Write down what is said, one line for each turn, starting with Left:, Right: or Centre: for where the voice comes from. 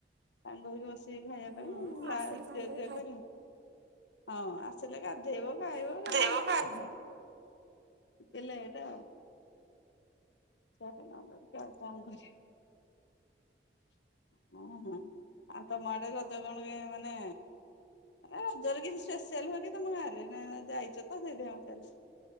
Left: ସାଙ୍ଗ ଖାଇବା
Right: ଉଁ,
Left: ପାଇଁ
Right: ଆସିଲେ ସାଙ୍ଗ ହେଇ
Left: କରିବା ହଁ ଆସିଲେ। ଦେବ। ହ
Right: ଖାଇଦେବେ
Left: ଗଣ୍ ମ ପିଲ ଏଟା ର ଆଉ କଣ କରିବା ଓହୋ ଆଉ ତମ ଆଡେ ରଜ କଣ ମାନେ ରଜରେ କିଛି ସ୍ପେଶଆ ହୁଏ କି ତମ ଘରେ ଯାଇଛ ତ ସେଇଥି ଚାଲି।